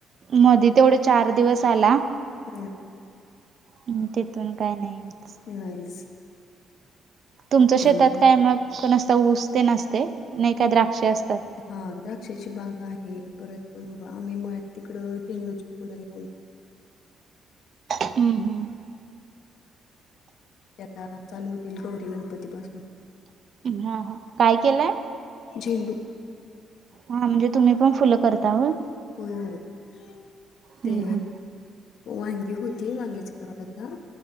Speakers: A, on the right; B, on the left.
A: मध्ये तेवढा चार दिवस आला.
B: हम्म.
A: हम, तिथून काय नाहीच.
B: नाहीच.
A: तुमच
B: मग त्यामुळे
A: शेतात काय मग, काय नुसता ऊस तेन असतय नाही काय द्राक्ष असतात?
B: हा, द्राक्षाची बाग आहे परत, आम्ही मळ्यात तिकडं झेंडूची फूलं लावलेत.
A: हम्म. हम्म.
B: ते आता चालू होतील गौरी गणपती पासून.
A: हा, हा, काय केलंय?
B: झेंडू-
A: हा, म्हणजे तुम्ही पण फुलं करता होय?
B: होय, होय,
A: हम्म
B: ते
A: हम्म
B: वांगी होती, वांग्याच कड आता-